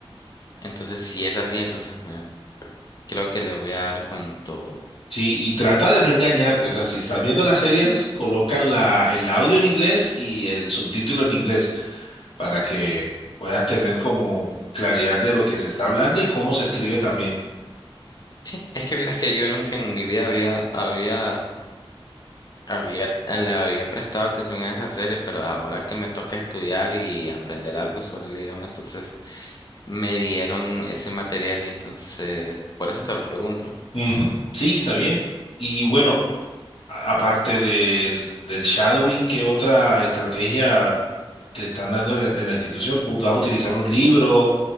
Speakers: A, on the left; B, on the left.
A: entonces si es así, entonces me, creo que le voy a dar con todo.
B: Sí, y trata de no engañarte. O sea, si estás viendo las series, coloca la, el audio en inglés y el subtítulo en inglés para que puedas tener como claridad de lo que se está hablando y cómo se escribe también.
A: Sí, es que vieras que yo nunca en mi vida había, había, había, le había prestado atención a esa serie, pero ahora que me toca estudiar y aprender algo sobre el idioma, entonces me dieron ese material y entonces, por eso te lo pregunto.
B: Ujú, Sí, está bien. Y bueno, a- aparte del, del shadowing, ¿qué otra estrategia te están dando en, el- en la institución? ¿Tú ¿Vas a utilizar un libro,